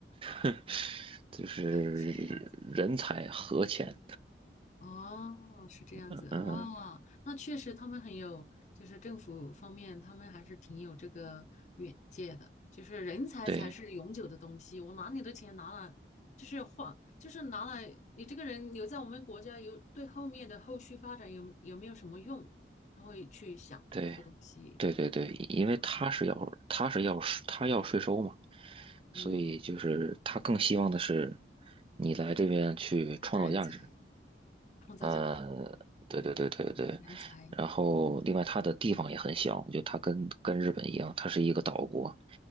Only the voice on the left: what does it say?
是这样子。哦，是这样子，
哇，那确实他们很有，就是政府方面，他们还是挺有这个远见的，就是人才才是永久的东西，
我拿你的钱拿了，就是换，就是拿了你这个人留在我们国家有对后面的后续发展有有没有什么用？他会去想这个东西，
嗯嗯，
是个人才，创造价值，
人才。